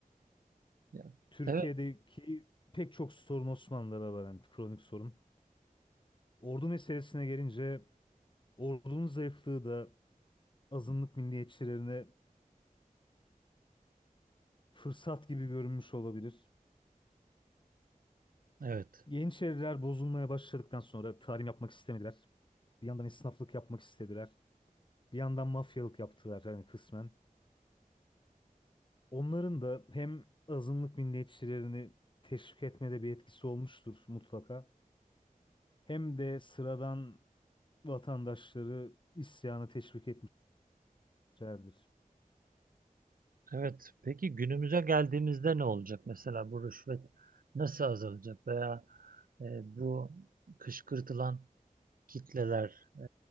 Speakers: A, on the right (about 75°); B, on the left (about 35°).
A: Ya.
B: Türkiye'deki
A: Evet.
B: pek çok sorun Osmanlı'da var yani kronik sorun. Ordu meselesine gelince ordunun zayıflığı da azınlık milliyetçilerine fırsat gibi görünmüş olabilir.
A: Evet.
B: Yeniçeriler bozulmaya başladıktan sonra tarım yapmak istemediler. Bir yandan esnaflık yapmak istediler. Bir yandan mafyalık yaptılar yani kısmen. Onların da hem azınlık milliyetçilerini teşvik etmede bir etkisi olmuştur mutlaka. Hem de sıradan vatandaşları isyana teşvik etmişlerdir.
A: Evet. Peki günümüze geldiğimizde ne olacak? Mesela bu rüşvet nasıl azalacak veya e, bu kışkırtılan kitleler, e,